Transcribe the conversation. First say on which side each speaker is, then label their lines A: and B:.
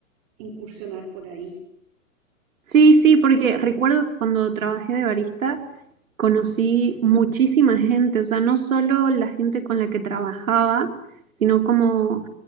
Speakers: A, on the right; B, on the right.
A: incursionar por ahí.
B: Sí, sí, porque recuerdo cuando trabajé de barista, conocí muchísima gente, o sea, no solo la gente con la que trabajaba, sino como